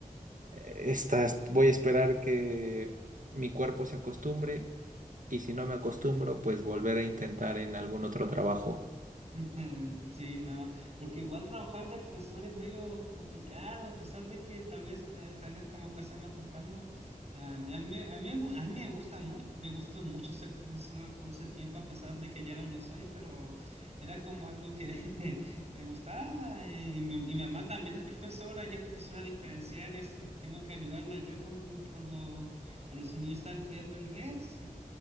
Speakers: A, on the right; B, on the right.
A: estas, voy a esperar que mi cuerpo se acostumbre y si no me acostumbro, pues volver a intentar en algún otro trabajo.
B: <laughs> Sí, no, porque igual trabajar de profesor es medio complicado, a pesar de que tal vez te- tengas como clases más temprano. A mí, a mí, a mí me gu- a mí me gusta mucho, me gustó mucho ser profesor por ese tiempo, a pesar de que ya no lo soy, pero era como algo que <laughs> me gustaba. eh, Y mi, mi mamá también es profesora, ella es profesora diferencial y es- tengo que ayudarla yo con, con, los con los niños que están estudiando inglés